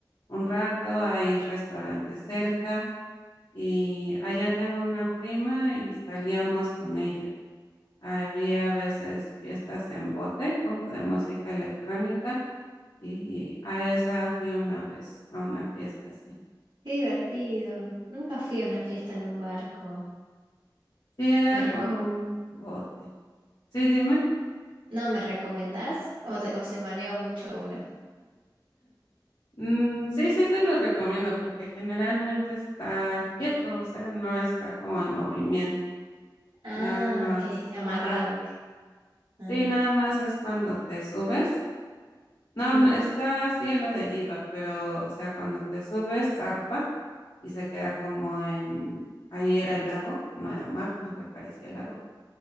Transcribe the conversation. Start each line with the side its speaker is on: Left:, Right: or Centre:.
Left: un rato, hay restaurantes cerca y allá tengo una prima y salíamos con ella. Había a veces fiestas en bote, como de música electrónica, y a esa fui una vez, a una fiesta así.
Right: Qué divertido. Nunca fui a una fiesta en un barco.
Left: Sí, era
Right: ¿Me
Left: como
Right: reco-
Left: un bote. Sí, dime.
Right: no, ¿me recomendás? ¿O, te- o se marea mucho uno?
Left: Mm, sí, sí te lo recomiendo porque generalmente está quieto, o sea, no está como en movimiento.
Right: Ah,
Left: Nada más,
Right: ok, amarrado.
Left: ajá.
Right: ok.
Left: Sí,
Right: Ah,
Left: nada más es cuando te subes No,
Right: ujú.
Left: no, está así a la deriva, pero, o sea, cuando te subes, zarpa y se queda como en, ahí era el lago, no era mar, aunque parecía lago,